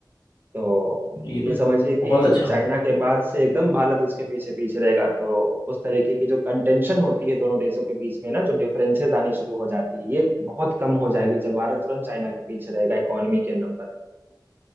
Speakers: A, on the right; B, on the left.
A: तो
B: ये
A: ये
B: तो
A: समझिए कि
B: बहुत अच्छा
A: चाइना
B: होगा
A: के बाद से एकदम भारत उसके पीछे पीछे रहेगा तो उस तरीके की जो कंटेंशन होती है दोनों देशों के बीच में ना जो डिफरेंसेस आनी शुरू हो जाती है ये बहुत कम हो जाएगी जब भारत तुरंत चाइना के पीछे रहेगा इकोनॉमी के नंबर में